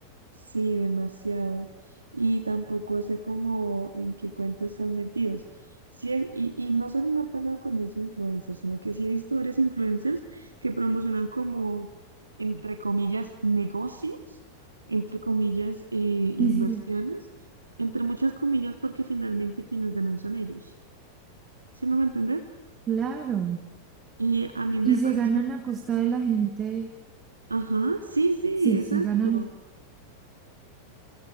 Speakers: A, on the right (about 75°); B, on the right (about 25°).
A: Sí, demasiado. Y tampoco sé cómo en qué cuentos están metidos. Sí, he- y, y no solo me ha pasado con ese influencer, sino que sí he visto varios influencers que promocionan como, entre comillas, negocios, entre comillas, eh, inversiones,
B: Sí, sí, sí,
A: entre muchas comillas, porque finalmente quienes ganan son ellos. ¿Sí me va a entender?
B: claro.
A: Y a mí me
B: Y se
A: parece
B: ganan a costa de la gente,
A: Ajá, sí, sí,
B: sí,
A: exacto.
B: sí, ganan,